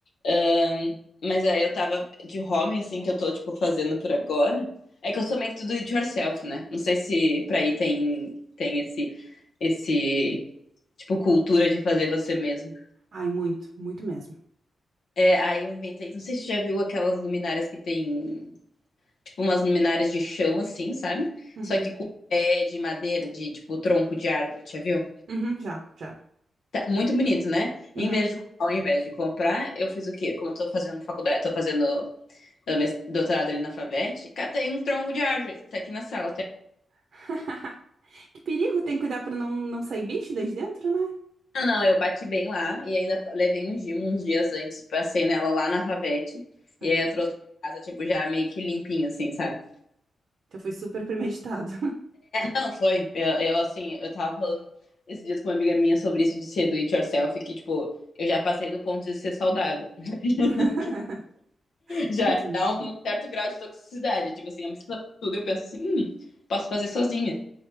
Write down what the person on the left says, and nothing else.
Ahn, mas aí eu tava de home, assim, que eu tô, tipo, fazendo por agora. É que eu sou meio que tudo it yourself, né? Não sei se pra aí tem, tem esse, esse, tipo, cultura de fazer você mesmo.
É, aí eu inventei, não sei se você já viu aquelas luminárias que tem, tipo, umas luminárias de chão, assim, sabe?
Só que com pé de madeira, de, tipo, tronco de árvore, já viu?
Tá muito bonito, né?
Em vez de, ao invés de comprar, eu fiz o quê? Como eu tô fazendo faculdade, tô fazendo doutorado ali na FAVET, catei um tronco de árvore, tá aqui na sala. Tá?
Não, não, eu bati bem lá e ainda levei um gimo uns dias antes, passei nela lá na FAVET,
e aí eu trouxe pra casa, tipo, já meio que limpinho, assim, sabe?
Não, foi. Eu, eu assim, eu tava falando esses dias com uma amiga minha sobre isso de ser do it yourself, que, tipo, eu já passei do ponto de ser saudável. <laughs>
já
dá um certo grau de toxicidade. Tipo assim, a mistura de tudo, eu penso assim, hum, posso fazer sozinha.